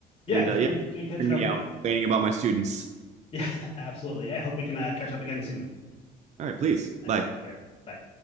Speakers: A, on the left (about 35°); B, on the right (about 45°).
A: yeah.
B: And
A: It was
B: uh, yeah,
A: great, great catching
B: hearing
A: up
B: me
A: with
B: out
A: you.
B: complaining about my students.
A: Yeah, <laughs> absolutely. Yeah, I hope we can uh, catch up again soon.
B: All right, please.
A: All
B: Bye.
A: right, take care. Bye.